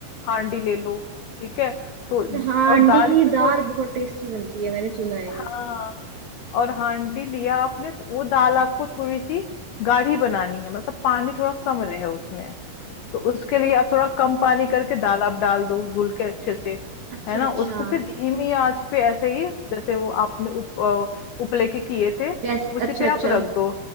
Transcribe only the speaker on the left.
हांडी ले लो ठीक है तो
और
दाल
इसमें
थोड़ी
हाँ और हांडी लिया आपने तो वो दाल आपको थोड़ी सी गाढ़ी बनानी है मतलब पानी थोड़ा कम रहे उसमें तो उसके लिए आप थोड़ा कम पानी करके दाल आप डाल दो धुल के अच्छे से
है ना
उसको फिर धीमी आंच पे ऐसे ही जैसे वो आपने उप अ, उपले के किए थे
उसी
पे
आप रख दो